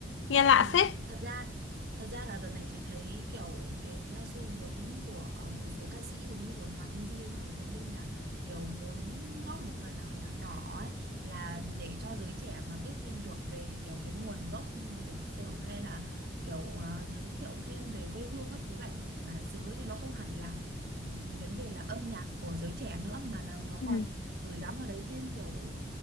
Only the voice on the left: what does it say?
nghe lạ
phết
Ừ.